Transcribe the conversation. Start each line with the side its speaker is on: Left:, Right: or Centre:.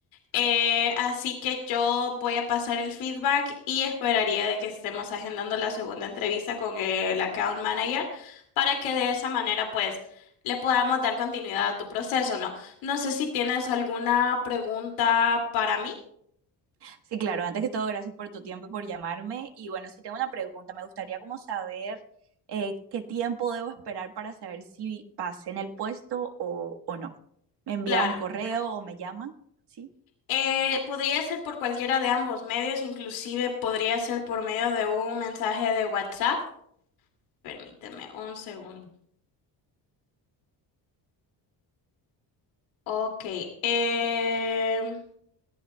Left: Eh, así que yo voy a pasar el feedback y esperaría de que estemos agendando la segunda entrevista con el account manager para que de esa manera, pues, le podamos dar continuidad a tu proceso, ¿no? No sé si tienes alguna pregunta para mí.
Right: Sí, claro, antes que todo, gracias por tu tiempo y por llamarme. Y bueno, si tengo una pregunta, me gustaría como saber eh, qué tiempo debo esperar para saber si pasé en el puesto o, o no. ¿Me envía
Left: Claro.
Right: un correo o me llaman? Sí.
Left: Eh, podría ser por cualquiera de ambos medios, inclusive podría ser por medio de un mensaje de WhatsApp. Permíteme un segundo. Ok. em,